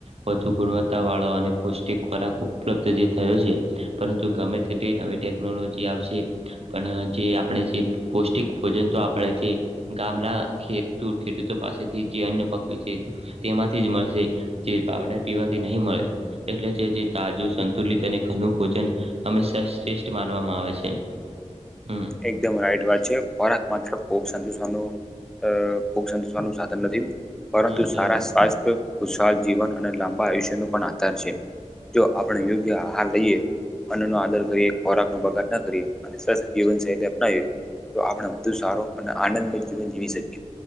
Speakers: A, on the right; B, in the centre.
A: વધુ ગુણવત્તા વાળો અને પૌષ્ટિક ખોરાક ઉપલબ્ધ જે થયો છે પરંતુ ગમે તેટ નવી ટેકનોલોજી આવશે પણ જે આપણે જે પૌષ્ટિક ભોજન તો આપણે છે ગામના ખેતૂ ખેડૂતો પાસેથી જે અન્ય પક્ષી છે તેમાંથી જ મળશે જે પાવડર પીવાથી નહી મળે એટલે જે તાજું સંતુલિત અને ઘનુ ભોજન હંમેશા શ્રેષ્ઠ માનવામાં આવે છે હમ
B: એકદમ રાઈટ વાત છે ખોરાક માત્ર ખૂબ સંતુષવાનું અ પોવાનું સાધન નથી પરંતુ
A: હા તમે
B: સારા સ્વાસ્થ્ય ખુશહાલ જીવન અને લાંબા આયુષ્ય ન પણ આધાર છે જો આપણે યોગ્ય આહાર લઈએ અન્ન નો આદર કરીએ ખોરાક નો બગાડ ના કરીએ અને સરસ જીવનશૈલી અપનાવીએ તો આપણે વધુ સારો અને આનંદમય જીવન જીવી શકીએ